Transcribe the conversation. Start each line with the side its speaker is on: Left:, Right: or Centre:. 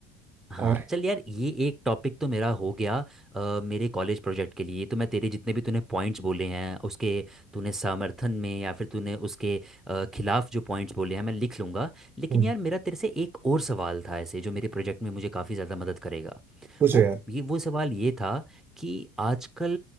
Centre: हाँ
Right: और
Centre: चल यार ये एक टॉपिक तो मेरा हो गया अ, मेरे कॉलेज प्रोजेक्ट के लिए तो मैं तेरे जितने भी तूने पॉइंट्स बोले हैं उसके तूने समर्थन में या फिर तूने उसके अ, खिलाफ जो पॉइंट्स बोले हैं मैं लिख लूँगा लेकिन
Right: हम्म,
Centre: यार मेरा तेरे से एक और सवाल था ऐसे जो मेरे प्रोजेक्ट में मुझे काफ़ी ज़्यादा मदद करेगा
Right: पूछो
Centre: वो
Right: यार
Centre: ये वो सवाल ये था कि आजकल